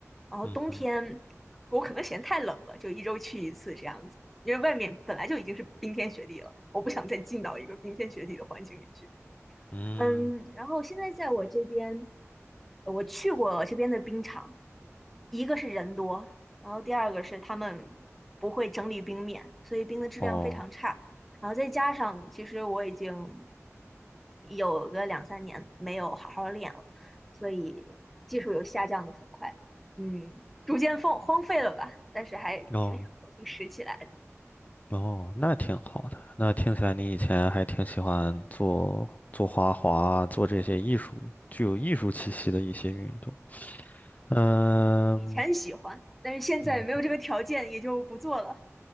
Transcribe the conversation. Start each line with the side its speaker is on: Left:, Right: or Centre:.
Centre: 然后冬天我可能嫌太冷了，
Left: 嗯哼，
Centre: 就一周去一次这样子，因为外面本来就已经是冰天雪地了，我不想再进到一个冰天雪地的环境里去。
Left: 嗯，
Centre: 嗯，然后现在在我这边，我去过这边的冰场，一个是人多，然后第二个是他们不会整理冰面，所以冰的质量非常差。
Left: 哦，
Centre: 然后再加上，其实我已经有个两三年没有好好练了，所以技术有下降的很快，嗯，逐渐放荒废了吧。但是还挺想重新拾起来的，
Left: 哦，哦，那挺好的。那听起来你以前还挺喜欢做做花滑，做这些艺术，具有艺术气息的一些运动。嗯，
Centre: 以前喜欢，但是现在没有这个条件，
Left: 嗯，
Centre: 也就不做了。